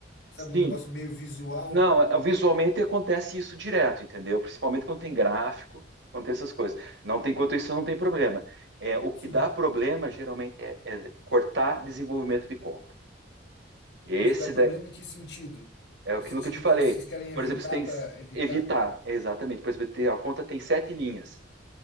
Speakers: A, on the left; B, on the right.
A: Sabe,
B: Sim.
A: um negócio meio visual,
B: Não, é- visualmente acontece isso direto, entendeu? Principalmente quando tem gráfico, quando tem essas coisas. Não tem, quanto isso não tem problema. É, o que
A: sim.
B: dá problema geralmente é, é cortar desenvolvimento de conta. Esse
A: Mas dá problema
B: da-
A: em que sentido?
B: é aquilo
A: Em sentido
B: que eu te falei.
A: que vocês querem evitar
B: Por exemplo, você tem
A: para
B: que
A: evitar?
B: evitar, é exatamente. Por exemplo, tem- a conta tem sete linhas.